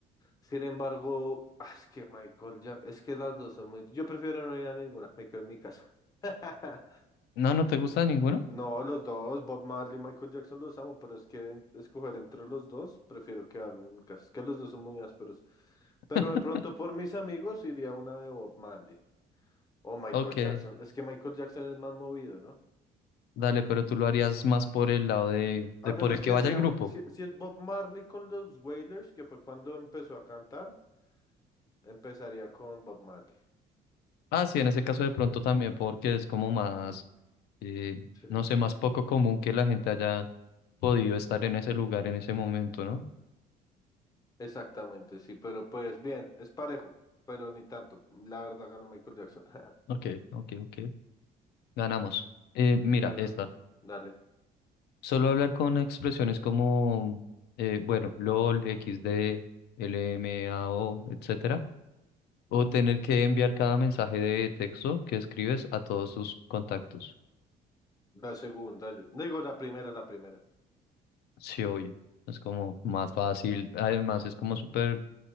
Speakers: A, on the left (about 20°); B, on the left (about 75°).
A: Sin embargo, ah, es que Michael ya, es que las dos son muy... Yo prefiero no ir a ninguna, me quedo en mi casa. <laughs>
B: No, no te gusta ninguno.
A: No, los dos, Bob Marley y Michael Jackson los amo, pero es que en- escoger entre los dos, prefiero quedarme en mi casa. Es que los dos son muy ásperos.
B: <laughs>
A: Pero de pronto por mis amigos iría a una de Bob Marley. O Michael
B: Ok,
A: Jackson. Es que Michael Jackson es más movido, ¿no?
B: dale, pero tú lo harías más por el lado de, de
A: A menos
B: por el que
A: que
B: vaya
A: sea,
B: el grupo.
A: si, si es Bob Marley con los Wailers, que fue cuando empezó a cantar, empezaría con Bob Marley.
B: Ah, sí, en ese caso de pronto también, porque es como más, eh,
A: Sí.
B: no sé, más poco común que la gente haya podido estar en ese lugar en ese momento, ¿no?
A: Exactamente, sí, pero pues bien, es parejo, pero ni tanto. La verdad ganó Michael Jackson. <laughs>
B: Ok, ok, ok. Ganamos. Eh, mira,
A: Sí, brother.
B: esta.
A: Dale.
B: Solo hablar con expresiones como, eh, bueno, LOL, x XD, LMAO, etcétera. O tener que enviar cada mensaje de texto que escribes a todos tus contactos.
A: La segunda, yo- digo la primera, la primera.
B: Sí, obvio. Es como más fácil. Además, es como súper